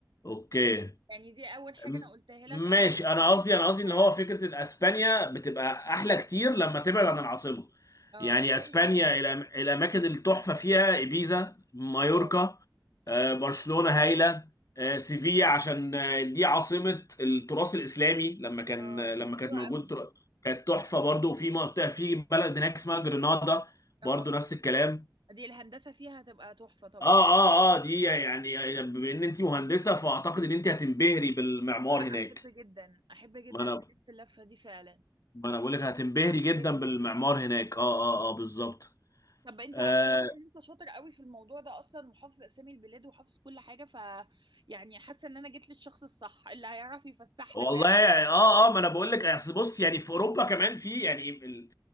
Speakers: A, on the left (about 45°); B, on the right (about 85°).
A: اوكي
B: يعني دي اول حاجة
A: م-
B: انا قلتها لك
A: ماشي
B: انا
A: انا
B: بحب
A: قصدي
B: أشوفها
A: انا قصدي ان
B: يعني.
A: هو فكره ان اسبانيا بتبقى احلى كتير لما تبعد عن العاصمه
B: اه
A: يعني
B: زي
A: اسبانيا
B: ايه مثلا
A: الأم- الاماكن التحفه فيها ايبيزا مايوركا
B: اه اه
A: آه، برشلونه هايله آه، سيفيا عشان آه، دي عاصمه التراث الاسلامي لما كان
B: اه
A: آه،
B: تبقى
A: لما
B: حلوة
A: كانت موجود
B: قوي دي
A: تر- كانت تحفه برضو وفي منطقه في بلد هناك اسمها جرينادا برضو
B: اه
A: نفس الكلام
B: دي الهندسة فيها هتبقى تحفة طبعا
A: اه اه اه دي يعني يعني بما ان انت مهندسه فاعتقد ان انت هتنبهري بالمعمار
B: لا أحب
A: هناك
B: جدا أحب جدا
A: ما انا
B: ألف اللفة دي فعلا
A: ما انا بقول لك هتنبهري
B: عجباني
A: جدا بالمعمار هناك اه اه
B: اه
A: اه بالظبط
B: طب انت
A: آه
B: عارف- واضح ان انت شاطر قوي في الموضوع ده اصلا وحافظ اسامي البلاد وحافظ كل حاجه ف يعني حاسه ان انا جيت للشخص الصح اللي هيعرف يفسحنا
A: والله
B: فعلا
A: اه اه ما انا بقول لك اصل بص يعني في اوروبا كمان في يعني ال...